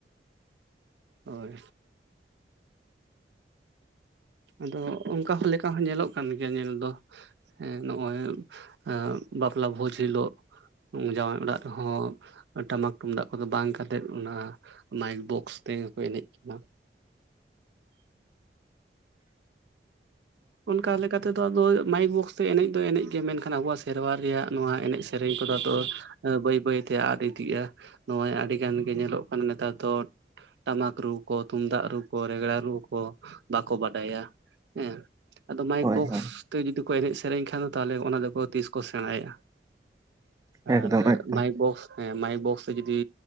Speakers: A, on the right; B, on the right.
A: ᱚᱭ ᱟᱫᱚ ᱚᱝᱠᱟ ᱦᱚᱸ ᱞᱮᱠᱟ ᱦᱚᱸ ᱧᱮᱞᱚᱜ ᱠᱟᱱ ᱜᱮᱭᱟ ᱧᱮᱞ ᱫᱚ᱾ ᱦᱮᱸ ᱱᱚᱜᱼᱚᱭ ᱮᱸ ᱵᱟᱯᱞᱟ ᱵᱷᱳᱡᱽ ᱦᱤᱞᱳᱜ ᱩᱸ ᱡᱟᱶᱟᱭ ᱚᱲᱟᱜ ᱨᱮᱦᱚᱸ ᱴᱟᱢᱟᱠ ᱛᱩᱢᱫᱟᱜ ᱠᱚᱫᱚ ᱵᱟᱝ ᱠᱟᱛᱮᱜ ᱚᱱᱟ ᱢᱟᱭᱤᱠ ᱵᱚᱠᱥ ᱛᱮᱜᱮ ᱠᱚ ᱮᱱᱮᱡ ᱠᱟᱱᱟ᱾ ᱚᱱᱠᱟ ᱞᱮᱠᱟᱛᱮ ᱛᱮ ᱟᱫᱚ ᱢᱟᱭᱤᱠ ᱵᱚᱠᱥ ᱛᱮ ᱮᱱᱮᱡ ᱫᱚ ᱮᱱᱮᱡ ᱜᱮ ᱢᱮᱱᱠᱷᱟᱱ ᱟᱵᱣᱟᱜ ᱥᱮᱨᱣᱟ ᱨᱮᱭᱟᱜ ᱱᱚᱣᱟ ᱮᱱᱮᱡ ᱥᱮ ᱨᱮᱧ ᱠᱚᱫᱚ ᱟᱫᱚ ᱮᱸ ᱵᱟᱹᱭ ᱵᱟᱹᱭᱛᱮ ᱟᱫ ᱤᱫᱤᱜᱼᱟ᱾ ᱱᱚᱜᱼᱚᱭ ᱟᱹᱰᱤ ᱜᱟᱱ ᱜᱮ ᱧᱮᱞᱚᱜ ᱠᱟᱱᱟ ᱱᱮᱛᱟᱨ ᱫᱚ ᱴᱟᱢᱟᱠ ᱨᱩ ᱠᱚ ᱛᱩᱢᱫᱟᱜ ᱨᱩ ᱠᱚ ᱨᱮᱜᱽᱲᱟ ᱨᱩ ᱠᱚ ᱵᱟᱠᱚ ᱵᱟᱰᱟᱭᱟ᱾ ᱦᱮᱸ ᱟᱫᱚ ᱢᱟᱭᱤᱠ
B: ᱦᱳᱭ
A: ᱵᱚᱠᱥ
B: ᱦᱳᱭ
A: ᱛᱮ ᱡᱩᱫᱤ ᱠᱚ ᱮᱱᱮᱡ ᱥᱮᱨᱮᱧ ᱠᱷᱟᱱ ᱫᱚ ᱛᱟᱦᱚᱞᱮ ᱚᱱᱟ ᱫᱚᱠᱚ ᱛᱤᱥ ᱠᱚ ᱥᱮ ᱥᱮᱬᱟᱭ
B: ᱮᱠᱫᱚᱢ
A: ᱟᱨ
B: ᱮᱠᱫᱚᱢ
A: ᱢᱟᱭᱤᱠ ᱵᱚᱠᱥ ᱦᱮᱸ ᱢᱟᱭᱤᱠ ᱵᱚᱠᱥ ᱛᱮ ᱡᱩᱫᱤ